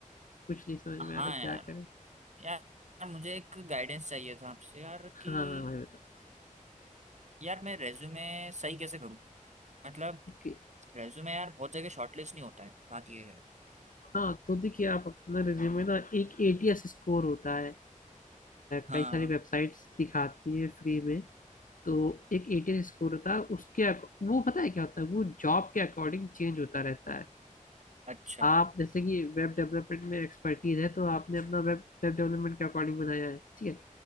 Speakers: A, on the left (about 75°); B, on the right (about 60°).
A: कुछ नहीं समझ
B: हाँ
A: में आ रहा
B: यार
A: क्या करें
B: यार यार मुझे एक गाइडेंस चाहिए था आपसे यार
A: हाँ
B: कि
A: हाँ भाई बताओ
B: यार मैं रेज्यूमे सही कैसे करूँ मतलब
A: ओके
B: रेज्यूमे यार बहुत जगह शॉर्टलिस्ट नहीं होता है बात ये है
A: हाँ तो देखिए आप अपना रिज्यूमे ना एक एटीएस स्कोर होता है अ,
B: हाँ
A: कई सारी वेबसाइट्स दिखाती है फ्री में तो एक एटीएस स्कोर होता है उसके अको- वो पता है क्या होता है वो जॉब के अकॉर्डिंग चेंज होता रहता है
B: अच्छा
A: आप जैसे कि वेब डेवलपमेंट में एक्सपर्टीज है तो आपने अपना वेब वेब डेवलपमेंट के अकॉर्डिंग बनाया है ठीक है